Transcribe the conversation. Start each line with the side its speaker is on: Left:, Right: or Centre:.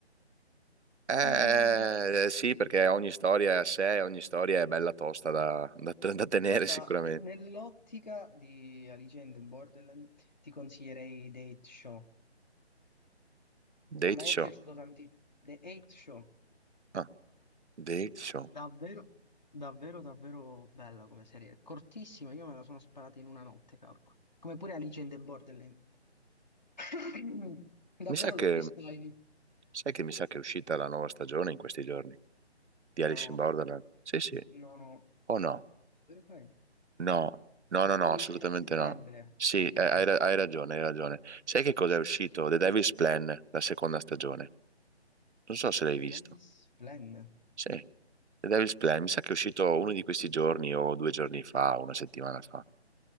Right: Eh,
Left: Ehm,
Right: sì, perché ogni storia è a sé, ogni storia è bella tosta da, da- <laughs> da tenere
Left: guarda,
Right: sicuramente.
Left: nell'ottica di Alice in Borderland ti consiglierei The Eight Show.
Right: Date
Left: A me
Right: Show.
Left: è piaciuto tantissimo. The Eight Show,
Right: Ah, Date Show.
Left: davvero, davvero, davvero bella come serie. Cortissima, io me la sono sparata in una notte, calco. Come pure Alice in Borderland. <coughs> <clears throat> Davvero
Right: Mi sa che,
Left: l'ho visto in-
Right: sai che mi sa che è uscita la nuova stagione in questi giorni di
Left: No,
Right: Alice in Borderland. Sì, sì.
Left: no, no.
Right: O no?
Left: Davvero poi?
Right: No, no, no, no,
Left: Devo
Right: assolutamente
Left: uscire a settembre,
Right: no. Sì,
Left: a settembre.
Right: eh, hai, ra- hai ragione, hai ragione. Sai che cosa è uscito? The Devil's Plan, la seconda stagione. Non so se l'hai
Left: The
Right: visto.
Left: Davis Plan.
Right: Sì. The Devil's Plan, mi sa che è uscito uno di questi giorni o due giorni fa, una settimana fa.